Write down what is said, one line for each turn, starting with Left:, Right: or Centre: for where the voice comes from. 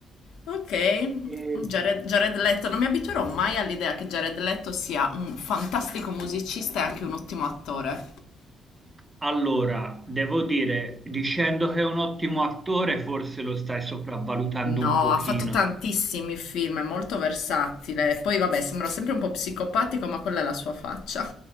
Left: Ok,
Right: E
Left: Jared, Jared Leto, non mi abituerò mai all'idea che Jared Leto sia un fantastico musicista e anche un ottimo attore.
Right: allora, devo dire, dicendo che è un ottimo attore, forse lo stai sopravvalutando
Left: No,
Right: un pochino.
Left: ha fatto tantissimi film, è molto versatile. Poi vabbè, sembra sempre un po' psicopatico, ma quella è la sua faccia.